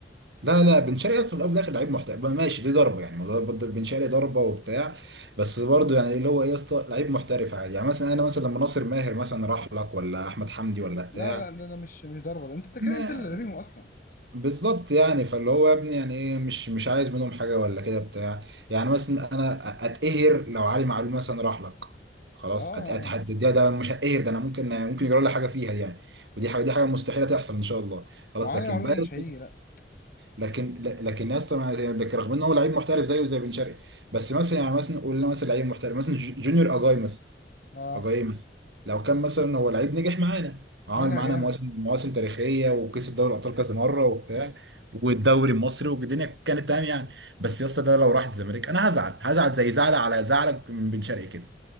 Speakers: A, on the right; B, on the left.
A: لا لا بن شرقي اصلا في الاول وفي الاخر لعيب محترف بقى ماشي دي ضربه يعني موضوع برضه بن شرقي ضربه وبتاع بس برضه يعني اللي هو ايه يا اسطى لعيب محترف عادي يعني مثلا انا مثلا لما ناصر ماهر مثلا راح لك ولا احمد حمدي ولا بتاع
B: لا لا ده, ده مش مش ضربه ده انت كده
A: ما
B: انت اللي رميهم اصلا
A: بالظبط يعني فاللي هو يا ابني يعني ايه مش مش عايز منهم حاجه ولا كده بتاع يعني مثلا انا اتقهر لو علي معلول مثلا راح لك خلاص
B: اه
A: أت- اتهدد ده مش هتقهر ده انا ممكن ممكن يجرى لي حاجه فيها دي يعني ودي حاجه دي حاجه مستحيله تحصل ان شاء الله خلاص
B: وعلي
A: لكن
B: معلول
A: بقى يا
B: مش
A: اسطى
B: هيجي لا
A: لكن ل- لكن يا اسطى ما- لكن رغم ان هو لعيب محترف زيه زي بن شرقي بس مثلا يعني مثلا قلنا مثلا لعيب محترف مثلا ج- جونيور اجاي مثلا
B: اه
A: اجاي مثلا لو كان مثلا هو لعيب نجح معانا وعمل
B: نجح
A: معانا
B: جامد
A: مواسم مواسم تاريخيه وكسب دوري الابطال كذا مره وبتاع والدوري المصري والدنيا كانت تمام يعني بس يا اسطى ده لو راح الزمالك انا هزعل هزعل زي زعل على زعلك من بن شرقي كده